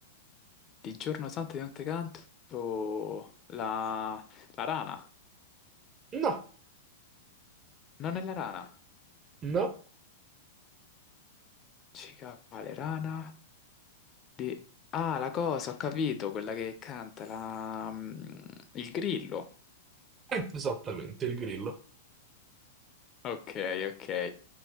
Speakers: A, on the left; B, on the right.
A: Di giorno santo e di notte canto la, la rana.
B: No.
A: Non è la rana.
B: No,
A: Cicale, rana. Di... Ah, la cosa, ho capito, quella che canta, la... mm, il grillo.
B: eh, esattamente, il grillo.
A: Ok, ok.